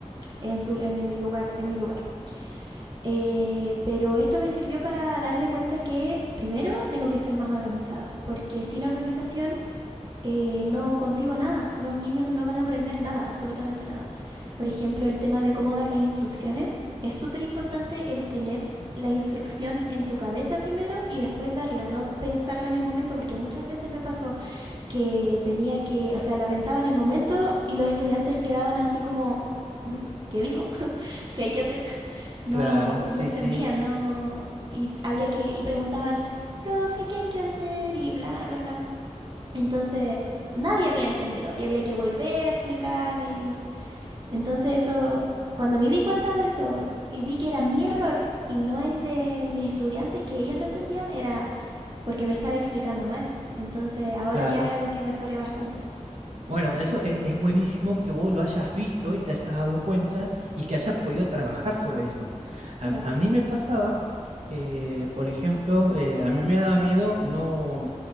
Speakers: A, on the right; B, on the right.
A: en su, en el lugar, en mi lugar. Eh, pero esto me sirvió para darme cuenta que primero tengo que ser más organizada, porque sin organización eh, no consigo nada. Los niños no van a aprender nada, absolutamente nada. Por ejemplo, el tema de cómo dar las instrucciones. Es súper importante el tener la instrucción en tu cabeza primero y después darla, no pensarla en el momento, porque muchas veces me pasó que tenía que, o sea, la pensaba en el momento y los estudiantes quedaban así como, <laughs> ¿qué dijo? ¿Qué hay que hacer? No,
B: Claro, sí,
A: no entendían,
B: sí,
A: no, y había que, y preguntaban, profe, ¿qué hay que hacer? Y bla, bla, bla. Entonces nadie había entendido y había que volver a explicarles y entonces eso, cuando me di cuenta de eso y vi que era mi error y no el de mis estudiantes que ellos no entendían, era porque me estaba explicando mal. Entonces ahora
B: claro.
A: ya es algo que mejoré bastante.
B: Bueno, eso es, es buenísimo que vos lo hayas visto y te hayas dado cuenta y que hayas podido trabajar sobre eso. A,
A: Claro.
B: a mí me pasaba, eh, por ejemplo, eh, a mí me daba miedo no,